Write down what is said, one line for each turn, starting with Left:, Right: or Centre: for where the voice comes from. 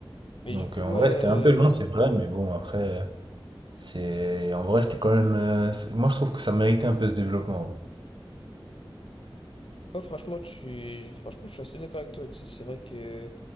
Left: Mais
Right: Donc
Left: du coup,
Right: euh, en
Left: ouais.
Right: vrai
Left: euh,
Right: c'était un peu long, c'est vrai, mais bon après euh, c'est en vrai c'était quand même euh, c'est- moi je trouve que ça méritait un peu ce développement.
Left: Ouais, franchement, tu... franchement, je suis assez d'accord avec toi, tu sais, c'est vrai que.